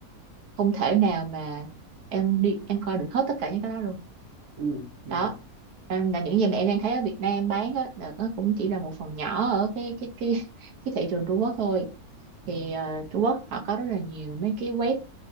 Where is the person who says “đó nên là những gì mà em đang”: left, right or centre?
Right